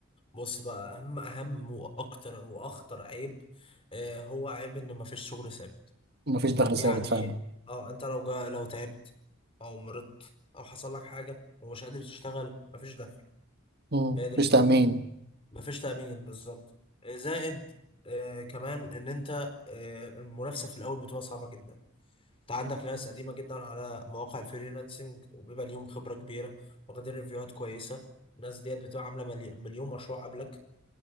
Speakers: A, on the left; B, on the right.
A: بص بقى اهم اهم واكتر واخطر عيب آه هو عيب ان مفيش شغل ثابت
B: ما فيش دخل ثابت
A: يعني
B: فعلا
A: اه انت لو جا لو تعبت او مرضت او حصل لك حاجه ومش قادر تشتغل مفيش دخل
B: مم.
A: هي دي الفكره
B: مفيش تامين
A: مفيش تامين بالظبط آه، زائد آه كمان ان انت آه المنافسه في الاول بتبقى صعبه جدا انت عندك ناس قديمة جدا على مواقع الفريلانسنج وبيبقى ليهم خبرة كبيرة واخدين ريفيوهات كويسة الناس ديت بتبقى عاملة ملي- مليون مشروع قبلك